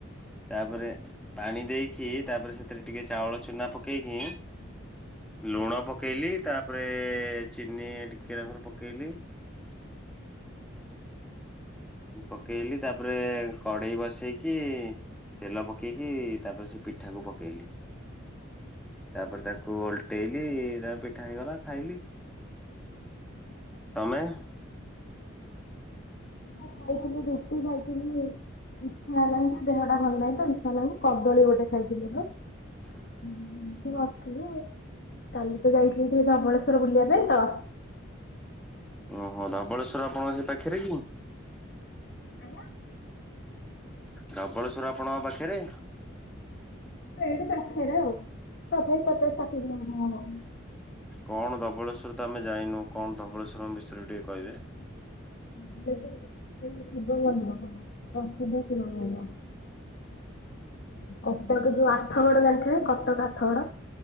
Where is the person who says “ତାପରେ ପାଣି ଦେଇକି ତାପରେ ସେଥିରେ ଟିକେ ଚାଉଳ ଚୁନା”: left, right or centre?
Centre